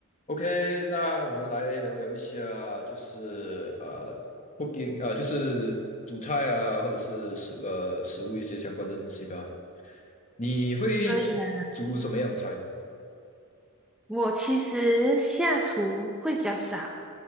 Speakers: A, on the left (about 35°); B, in the centre.
A: OK，那我们来聊聊一下，就是呃，cooking 呃，就是煮菜啊，或者是食呃食物一些相关的东西吧。你会煮煮什么样的菜呢？
B: 可以啊。我其实下厨会比较少，